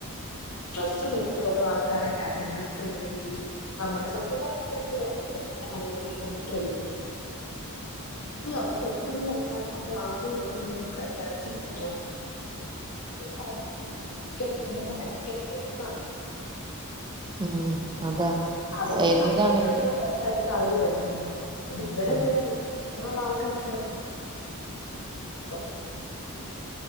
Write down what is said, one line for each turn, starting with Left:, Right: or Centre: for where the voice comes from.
Left: ഡ്രസ്സ് നോക്കി ഓരോ ആൾക്കാരും കാറ്റഗറൈസ് ചെയ്യുന്നതിൽ നമ്മുടെ സത്യം പറഞ്ഞരിക്കും നമ്മുടെ മലയാളികൽ കഴിഞ്ഞിട്ടേ ഉള്ളൂ അവർക്ക് എന്തൊരു വന്നാലും അവര് ആദ്യം നോക്കി ധരിച്ചിരുന്ന ആ ഒരു കാര്യത്തിന് എനിക്ക് ഭയങ്കര സത്യം ഭയങ്കര വെറുപ്പാണ്
Right: ഉം അതാ
Left: അവർക്ക്
Right: എന്താണെങ്കിലും
Left: കംഫോർട്ട് ആയിട്ടുള്ള ഡ്രസ്സ് ആയിരിക്കും അവര് ധരിച്ചിരുന്ന ഇവരെന്തിന
Right: ആഹ്
Left: ഈ അങ്ങനെയുള്ള ആൾക്കാര് <unintelligible>